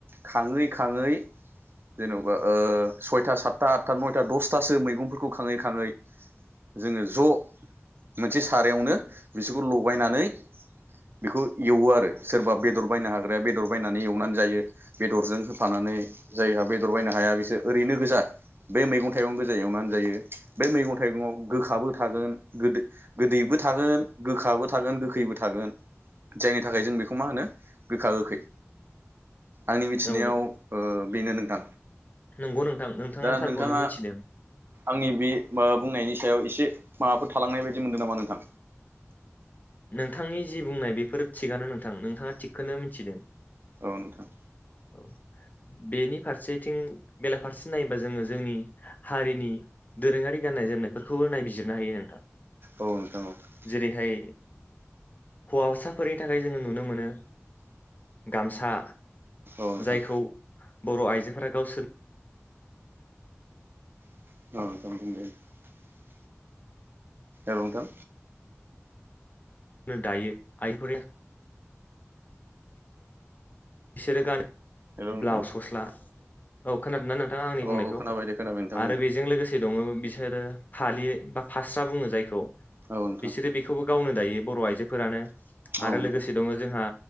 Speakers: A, on the right (about 45°); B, on the left (about 35°).
A: खाङै खाङै जेन'बा ओ सयथा सातथा आठथा नयथा दसथासो मैगंफोरखौ खाङै खाङै जोङो ज' मोनसे सारायावनो बिसोरखौ लगायनानै बेखौ एवो आरो सोरबा बेदर बायनो हाग्राया बेदर बायनानै एवनानै जायो बेदरजों होफानानै जायहा बेदर बायनो हाया बिसोर ओरैनो गोजा बे मैगं थाइगं गोजा एवनानै जायो बे मैगं थाइगङाव गोखाबो थागोन गोदो गोदैबो थागोन गोखाबो थागोन गोखैबो थागोन जायनि थाखाय जों बेखौ मा होनो गोखा गोखै आंनि मिथिनायाव
B: औ
A: ओ बेनो नों थां
B: नंगौ नोंथां
A: दा
B: थारखौनो
A: नोंथाङा
B: मिथिदों
A: आंनि बे माबा बुंनायनि सायाव एसे माबाफोर थालांनाय बायदि मोनदों नामा नोंथां
B: नोंथांनि जि बुंनाय बेफोरो थिगानो नोंथां नोंथाङा थिगखौनो मिथिदों
A: औ नोंथां
B: औ बेनि फारसेथिं बेलाफारसे नायोबा जोङो जोंनि हारिनि दोरोङारि गाननाय जोमनायफोरखौबो नायबिजिरनो हायो नोंथां
A: औ नोंथां औ
B: जेरैहाय हौवासाफोरनि थाखाय जोङो नुनो मोनो गामसा
A: औ नोंथां
B: जायखौ बर' आइजों <unintelligible> गावसोर
A: <unintelligible> औ नोंथां
B: नो दायो <unintelligible> इसोर गान
A: हेल' नोंथां
B: ब्लाउस गस्ला औ खोनादोंना नोंथाङा आंनि
A: औ
B: बुंनायखौ
A: खोनाबाय दे खोनाबाय नोंथां बुं
B: आरो
A: दे
B: बेजों लोगोसे दङ बिसोरो फालि बा फास्रा बुङो जायखौ
A: औ नोंथां
B: बिसोरो बेखौबो गावनो दायो बर' आइजोफोरानो
A: औ
B: आरो
A: नोंथां
B: लोगोसे दङ जोंहा